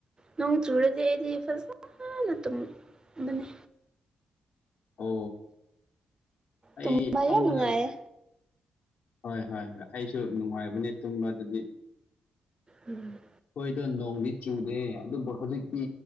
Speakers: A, on the right; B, on the left.
A: ꯅꯣꯡ ꯆꯨꯔꯗꯤ ꯑꯩꯗꯤ ꯐꯖꯅ ꯇꯨꯝꯕꯅꯦ
B: ꯑꯣ ꯑꯩ
A: ꯇꯨꯝꯕ
B: ꯐꯥꯝꯃꯒ
A: ꯌꯥꯝ ꯅꯨꯡꯉꯥꯏꯌꯦ
B: ꯍꯣꯏ ꯍꯣꯏ ꯍꯣꯏ ꯑꯩꯁꯨ ꯅꯨꯡꯉꯥꯏꯕꯅꯦ ꯇꯨꯝꯕ ꯑꯗꯨꯗꯤ
A: ꯎꯝ
B: ꯍꯣꯏꯗꯣ ꯅꯣꯡꯗꯤ ꯆꯨꯗꯦ ꯑꯗꯨꯕꯨ ꯍꯧꯖꯤꯛꯇꯤ